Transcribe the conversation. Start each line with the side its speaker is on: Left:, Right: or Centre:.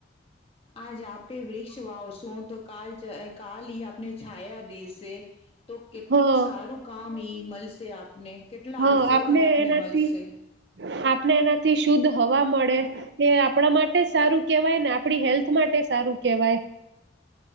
Left: આજ આપે વ્રીક્ષ વાવશું તો કાલ જ કાલ ઈ આપને છાયા દેશે. તો કેટલું
Right: હા
Left: સારું કામ ઈ મલશે આપને.
Right: હો,
Left: આશીર્વાદ
Right: આપણે
Left: આપને
Right: એનાથી
Left: મળશે
Right: આપણે એનાથી શુદ્ધ હવા મળે. એ આપણા માટે સારું કેવાય ને આપણી હેલ્થ માટે સારું કેવાય.